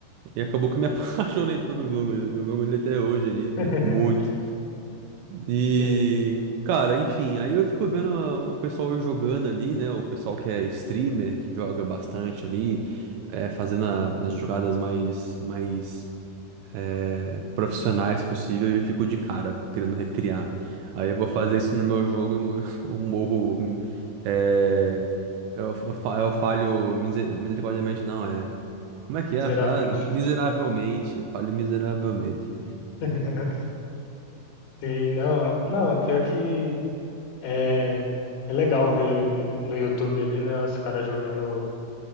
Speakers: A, on the right; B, on the left.
A: E acabou que eu me <laughs> apaixonei pelo jogo, eu tô jogando ele até hoje ali,
B: <laughs>
A: muito. E,
B: Sim,
A: cara, enfim, aí eu fico vendo a- o pessoal jogando ali, né? O pessoal que é streamer, que joga bastante ali, é, fazendo a- as jogadas mais, mais é, profissionais possível e eu fico de cara, fico querendo recriar. Aí eu vou fazer isso no meu jogo e eu <laughs> eu morro. é, eu, eu fa- eu falho miser- misericordiamente, não, é. Como é que
B: miseravelmente.
A: é a frase? Miseravelmente, eu falho miseravelmente.
B: <laughs> Sim, não, não, pior que é, é legal ver no YouTube ali, né, os caras jogando